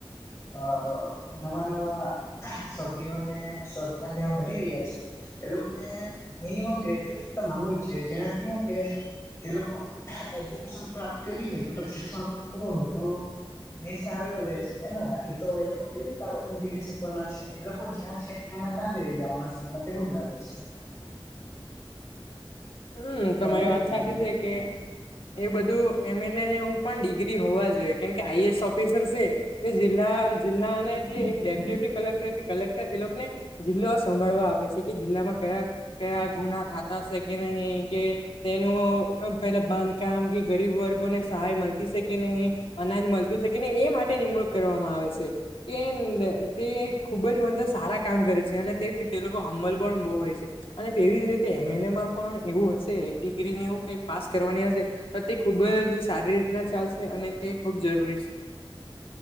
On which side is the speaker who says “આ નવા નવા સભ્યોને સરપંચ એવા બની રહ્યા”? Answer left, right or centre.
Left